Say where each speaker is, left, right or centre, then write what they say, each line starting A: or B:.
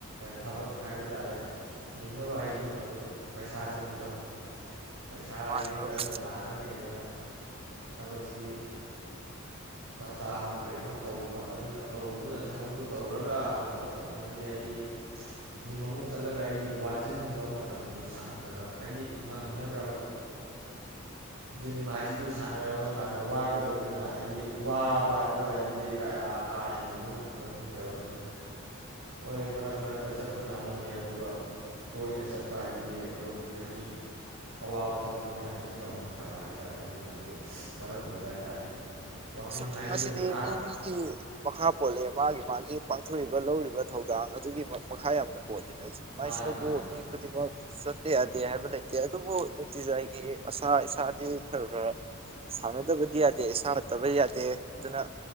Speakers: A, on the right (about 75°); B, on the right (about 25°).
A: ꯊꯕꯛ ꯍꯥꯏꯕ ꯇꯥꯔꯦ ꯍꯤꯡꯅꯕ ꯍꯥꯏꯁꯤꯗꯨꯝ ꯃꯔꯨꯞ ꯄꯩꯁꯥ ꯆꯪꯉꯤꯗꯣ ꯄꯩꯁꯥ ꯍꯥꯏꯁꯤ
B: ꯃꯥꯅꯤ ꯃꯔꯨꯞ
A: ꯀꯔꯝꯅ ꯂꯥꯛꯀꯅꯤ ꯍꯥꯏꯗꯅ ꯊꯕꯛꯁꯤ ꯃꯆꯥ ꯑꯃ ꯀꯔꯤ ꯑꯃ ꯇꯧꯔꯨꯕ ꯑꯗꯨꯅ ꯇꯔꯨꯕꯗꯨꯅ ꯊꯕꯛꯇꯨ ꯇꯧꯔꯨꯔꯒ ꯍꯜꯂꯛꯄ ꯃꯇꯝꯗꯗꯤ ꯍꯥꯏꯗꯤ ꯖꯤꯝ ꯑꯃꯨꯛ ꯆꯠꯂꯒ ꯑꯩꯒꯤ ꯋꯥꯖꯤꯟꯕ ꯃꯇꯝꯗꯣ ꯁꯪꯗ꯭ꯔꯕ ꯍꯥꯏꯗꯤ ꯅꯪꯅꯗ꯭ꯔꯕ ꯖꯤꯝ ꯍꯥꯏꯁꯤꯗꯨ ꯁꯥꯟꯅꯔꯕ ꯀꯥꯟꯗ ꯋꯥꯔꯛꯀꯗꯧꯔꯤꯕꯅꯤꯅ ꯍꯥꯏꯗꯤ ꯋꯥꯕ ꯍꯥꯏ ꯄꯣꯠ ꯍꯥꯏꯗꯨꯗꯤ ꯀꯌꯥ ꯀꯥ ꯍꯦꯟꯅ ꯂꯨꯝꯅ ꯂꯧꯅꯤꯡꯗ꯭ꯔꯕ ꯑꯗꯨꯅ ꯍꯣꯏ ꯃꯔꯛ ꯃꯔꯛꯇ ꯆꯠꯄꯅ ꯑꯃꯅꯤ ꯑꯗꯨꯒ ꯇꯣꯏꯅ ꯆꯠꯄ ꯍꯥꯏꯗꯨꯗꯤ ꯃꯔꯨꯞ ꯍꯥꯏꯗꯤ ꯑꯋꯥꯕ ꯊꯕꯛꯅꯤꯅ ꯀꯩꯁꯨ ꯇꯧꯅꯤꯡꯗ꯭ꯔꯕ ꯍꯥꯏꯇꯥꯔꯦ ꯑꯗꯨꯅꯁꯨ ꯃꯔꯝ ꯑꯣꯏꯕ ꯍꯥꯏꯇꯥꯔꯦ ꯋꯥꯛꯀꯤꯡ
B: ꯁ
A: ꯍꯥꯏꯁꯤꯗ
B: ꯃꯁꯤꯗꯤ
A: ꯉꯥꯏꯍꯥꯛ
B: ꯃꯤ ꯃꯤꯒꯤ ꯃꯈꯥ ꯄꯣꯜꯂꯦ ꯃꯥꯒꯤ ꯃꯥꯒꯤ ꯄꯥꯡꯊꯣꯛꯏꯕ ꯂꯧꯔꯤꯕ ꯊꯧꯗꯥꯡ ꯑꯗꯨꯒꯤ ꯃꯈꯥ ꯌꯥꯝꯅ ꯐꯣꯗꯤ <unintelligible>
A: ꯃꯥꯅꯤ
B: ꯍꯥꯏꯁꯤꯗꯕꯨ
A: ꯃꯥꯅꯤ ꯆꯨꯝꯃꯤ
B: ꯃꯤ ꯈꯨꯗꯤꯡꯃꯛ
A: ꯆꯨꯝꯃꯤ
B: ꯆ ꯌꯥꯗꯦ ꯍꯥꯏꯕ ꯂꯩꯇꯦ ꯑꯗꯨꯕꯨ ꯅꯨꯡꯇꯤꯖꯥꯒꯤ ꯏꯁꯥ ꯏꯁꯥꯗꯤ ꯈꯔ ꯈꯔ ꯁꯥꯟꯅꯗꯕꯗꯤ ꯌꯥꯗꯦ ꯁꯥꯟꯔꯛꯇꯕꯗꯤ ꯌꯥꯗꯦ ꯑꯗꯨꯅ